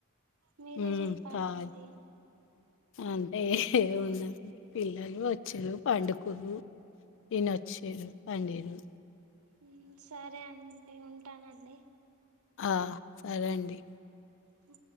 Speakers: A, on the right; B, on the left.
A: మీరే
B: ఉమ్,
A: చెప్పాలండి.
B: కాదు అంటే ఏముంది పిల్లలు వచ్చిరు. పండుకులు ఈన వచ్చిరు పండిర్రు.
A: ఉ సరే అన్ నే ఉంటానండి
B: ఆ సరే అండి
A: ఉ